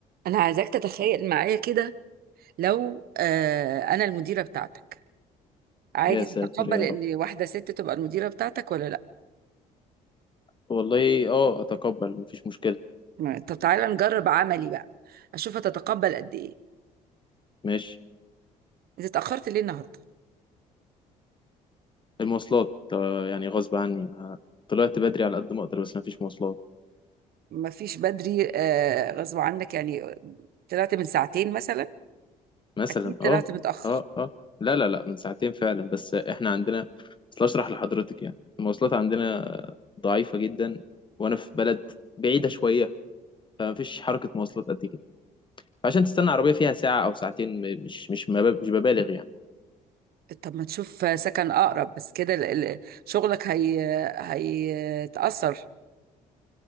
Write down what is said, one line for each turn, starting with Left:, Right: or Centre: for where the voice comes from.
Right: انا عايزاك تتخيل معايا كده لو آه انا المديره بتاعتك عادي
Left: يا ساتر
Right: تتقبل
Left: يا
Right: ان
Left: رب
Right: واحده ست تبقى المديره بتاعتك ولا لا
Left: والله اه اتقبل مفيش مشكلة
Right: ما- طب تعالى نجرب عملي بقى اشوف هتتقبل قد ايه
Left: ماشي
Right: انت اتاخرت ليه النهارده
Left: المواصلات آه، يعني غصب عني ما- طلعت بدري على قد ما اقدر بس مفيش مواصلات
Right: ما فيش بدري آه غصب عنك يعني طلعت من ساعتين مثلا
Left: مثلا
Right: اكيد طلعت
Left: اه
Right: متاخر
Left: اه اه لا لا لا من ساعتين فعلا بس احنا عندنا اصل اشرح لحضرتك يعني المواصلات عندنا ضعيفة جدا وانا في بلد بعيدة شوية فمفيش حركة مواصلات قد كده عشان تستنى عربية فيها ساعة او ساعتين م- مش مش مب- مش ببالغ يعني
Right: طب ما تشوف سكن اقرب بس كده ال- ال- شغلك هي هيتاثر